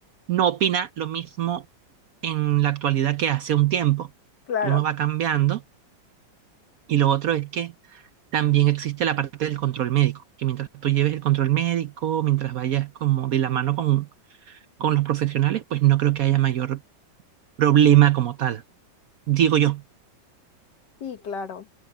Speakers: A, on the right; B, on the left.
A: no opina lo mismo en la actualidad que hace un tiempo.
B: claro.
A: Uno va cambiando y lo otro es que también existe la parte del control médico, que mientras tú lleves el control médico, mientras vayas como de la mano con, con los profesionales, pues no creo que haya mayor problema como tal, digo yo.
B: Sí, claro.